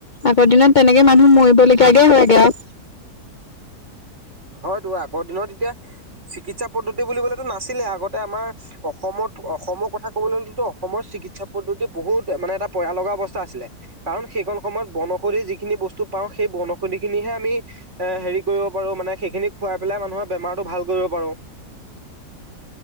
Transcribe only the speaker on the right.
<inaudible> হয়তো আগৰ দিনত এতিয়া চিকিৎসা পদ্ধতি বুলিবলেতো নাছিলে আগতে আমাৰ অসমৰ। অসমৰ কথা ক'বলৈ গলেতো অসমৰ চিকিৎসা পদ্ধতি বহুত মানে এটা পযয়া লগা অৱস্থা আছিলে কাৰণ সেইখন সময়ত বনঔষধি যিখিনি বস্তু পাওঁ সেই বনৌষধি খিনিহে আমি এ হেৰি কৰিব পাৰো মানে। সেইখিনি খুৱাই পেলাই মানুহৰ বেমাৰতটো ভাল কৰিব পাৰো।